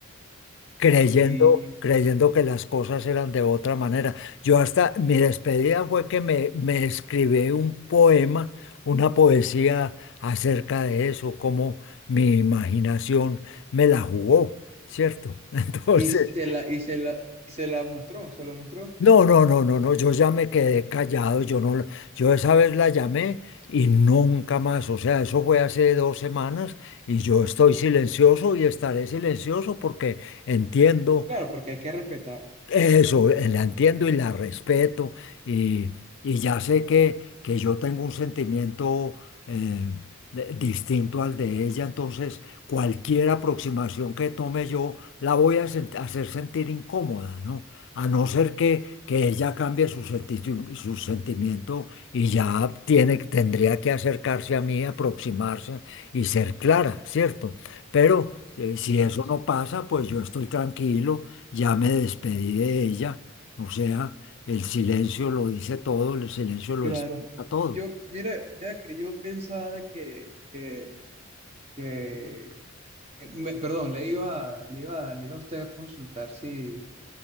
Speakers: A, on the left; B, on the right.
A: creyendo,
B: Y,
A: creyendo que las cosas eran de otra manera. Yo hasta mi despedida fue que me, me escribí un poema, una poesía acerca de eso, cómo mi imaginación me la jugó, ¿cierto? <laughs> Entonces,
B: y se la, y se la, y se la mostró, se lo mostró.
A: no, no, no, no, no, yo ya me quedé callado, yo no, yo esa vez la llamé y nunca más, o sea, eso fue hace dos semanas y yo estoy silencioso y estaré silencioso porque entiendo
B: Claro, porque hay que respetar.
A: Eso, eh, la entiendo y la respeto y, y ya sé que, que yo tengo un sentimiento eh, de- distinto al de ella, entonces cualquier aproximación que tome yo la voy a sent- hacer sentir incómoda, ¿no? A no ser que, que ella cambie su, senti- su sentimiento y ya tiene, tendría que acercarse a mí, aproximarse y ser clara, ¿cierto? Pero eh, si
B: Exacto.
A: eso no pasa, pues yo estoy tranquilo ya me despedí de ella, o sea, el silencio lo dice todo, el silencio lo
B: Claro.
A: explica todo.
B: Yo, mira, mira que yo pensaba que, que, que eh, me- perdón, le iba, le iba, le iba a usted a consultar si,